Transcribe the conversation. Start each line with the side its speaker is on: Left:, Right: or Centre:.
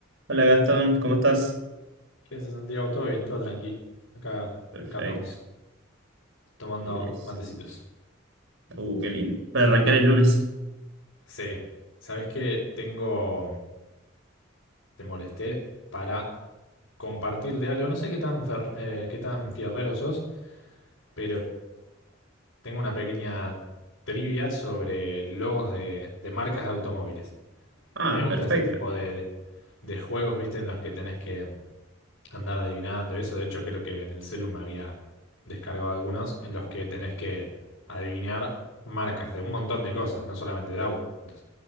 Right: Hola Gastón, ¿cómo estás?
Left: ¿Qué haces, Santiago? ¿Todo bien? ¿Todo tranqui? Acá,
Right: Perfecto.
Left: acá andamos, tomando
Right: Yes.
Left: matecitos.
Right: Uh, qué lindo. Para arrancar el lunes.
Left: Sí. ¿Sabés qué? Tengo, te molesté para compartir de algo. No sé qué tan fer- eh, qué tan fierrero sos, pero tengo una pequeña trivia sobre logos de, de marcas de automóviles.
Right: Ah,
Left: A mí me gusta
Right: perfecto.
Left: ese tipo de, de juegos, ¿viste? En los que tenés que andar adivinando y eso. De hecho, creo que en el celu me había descargado algunos en los que tenés que adivinar marcas de un montón de cosas, no solamente de autos.